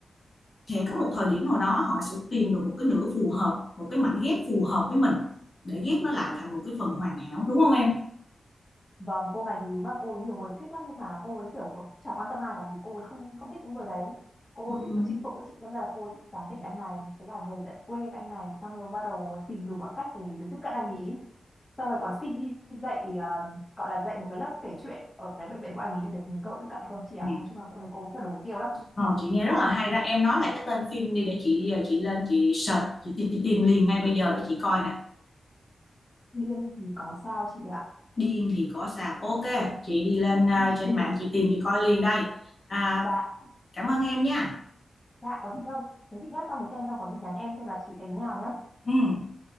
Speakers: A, on the left (about 45°); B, on the left (about 25°).
A: sẽ có một thời điểm nào đó họ sẽ tìm được một cái nửa phù hợp một cái mảnh ghép phù hợp với mình để ghép nó lại thành một cái phần hoàn hảo đúng không em
B: Vâng, cô này thì đúng là cô ấy nhiều người thích lắm nhưng mà cô ấy kiểu có- chả quan tâm ai cả vì cô ấy không không thích những người đấy. Cô
A: Ừm.
B: ấy thích kiểu chinh phục của chị đâm ra là cô ấy thích tán tỉnh anh này, thế là về tận quê anh này xong rồi bắt đầu tìm đủ mọi cách để được tiếp cận anh ý. Xong rồi còn xin đi dạy ờ, gọi là dạy một cái lớp kể chuyện ở cái bệnh viện của anh ý để được cơ hội tiếp cận con chị ạ.
A: Ừ.
B: Nói chung là cô này cô theo được mục tiêu lắm.
A: Rồi chị nghe rất là hay đó em nói lại cái tên phim đi để chị giờ chị lên chị search chị, ti- ti- tìm liền ngay bây giờ để chị coi nè
B: Điên thì có sao chị ạ?
A: điên thì có sao ok chị đi lên à,
B: <laughs>
A: trên mạng chị tìm chị coi liền đây à,
B: Dạ,
A: cảm ơn em nha
B: dạ có gì đâu. Thế chị nhá, xong rồi xem xong có gì nhắn em xem là chị thấy thế nào nhá.
A: ừ